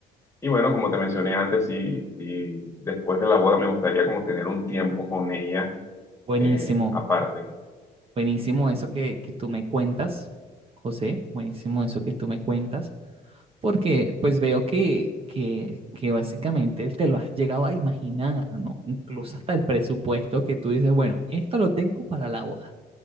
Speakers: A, on the left; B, on the right.
A: y bueno, como te mencioné antes, sí, sí, después de la boda me gustaría como tener un tiempo con ella
B: Buenísimo,
A: eh, aparte. ¿no?
B: buenísimo
A: Sí.
B: eso que, que tú me cuentas, José, buenísimo eso que tú me cuentas, porque pues veo que, que, que básicamente te lo has llegado a imaginar, ¿no? Incluso hasta el presupuesto que tú dices, bueno, esto lo tengo para la boda.